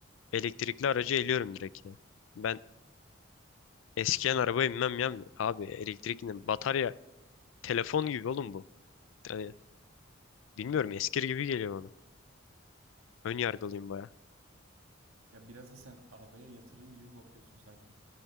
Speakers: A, on the left (about 70°); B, on the right (about 85°).
A: elektrikli aracı eliyorum direkt ya. Ben eskiyen arabaya binmem ya. Abi elektrikli batarya telefon gibi oğlum bu. Yani bilmiyorum eskir gibi geliyor bana. Ön yargılıyım baya.
B: Ya biraz da sen arabaya yatırım gibi bakıyorsun sanki.